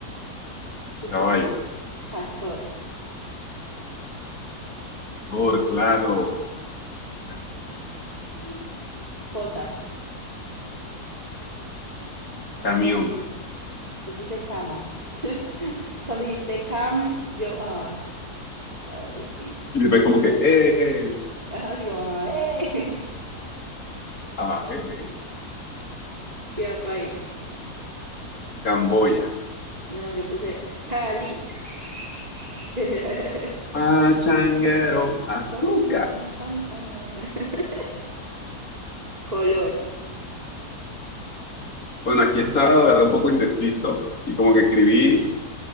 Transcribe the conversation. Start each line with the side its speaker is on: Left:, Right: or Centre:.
Right: Yo
Left: Caballo.
Right: puse castor.
Left: Castor, claro. Castor, sí.
Right: Cosa.
Left: Camión.
Right: Yo puse cama. <laughs> Cuando dijiste cam, yo, ah, otra vez repito.
Left: Y después como que, eh,
Right: Ajá, así como, ¡eh!
Left: ah, eh.
Right: <laughs> Ciudad, país.
Left: Camboya.
Right: No, yo puse Cali. <laughs>
Left: Pachanguero.
Right: Pa,
Left: Azúcar.
Right: pam, pam, pam, pam. <laughs> Color.
Left: Bueno, aquí estaba, la verdad, un poco indeciso y como que escribí